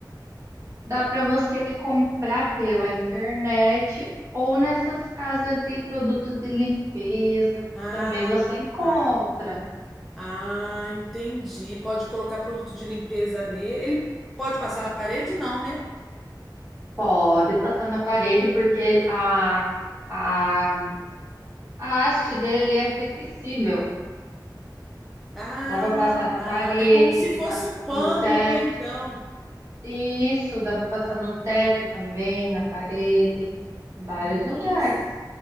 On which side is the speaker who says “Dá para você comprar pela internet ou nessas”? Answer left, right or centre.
Right